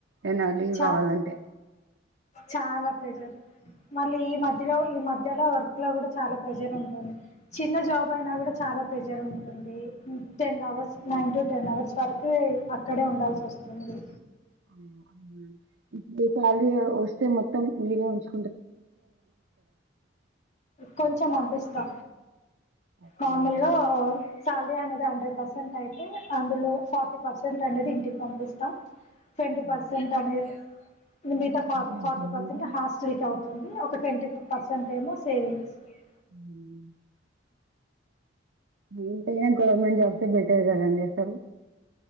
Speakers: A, on the right (about 75°); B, on the left (about 40°).
A: ఏనా లీవ్
B: చా
A: కావాలంటే
B: చాలా ప్రెజర్ మళ్ళీ ఈ మధ్యలో ఈ మ ఇలా వర్క్ లో కూడా చాలా ప్రెజర్ ఉంటుంది చిన్న జాబ్ అయినా కూడా చాలా ప్రెజర్ ఉంటుంది ten hours nine to ten hours వరకు అక్కడే ఉండాల్సి వస్తుంది
A: అ ఉ ఈ శాలరీ వస్తే మొత్తం మీరే ఉంచు
B: కొంచెం అనిపిస్తా
A: ఓకే,
B: నార్మల్గా
A: ఇంట్లో మనం
B: సాలరీ అనేది హండ్రెడ్ పర్సెంట్ అయితే అందులో ఫార్టీ పర్సెంట్ అనేది ఇంటికి పంపిస్తా ట్వంటీ పర్సెంట్
A: ఉమ్,
B: అనేది
A: మీ
B: మిగతా
A: ఖర్చులకే అయితాయా
B: ఫార్టీ పర్సెంట్
A: ఇంకా?
B: హాస్ అవుతుంది ఒక టెన్ టు ఫైవ్ పర్సెంట్ ఏమో సేవింగ్స్ కి
A: ఉ ఎంతైనా గవర్నమెంట్ జాబ్స్ బెటర్ కదండీ అసలు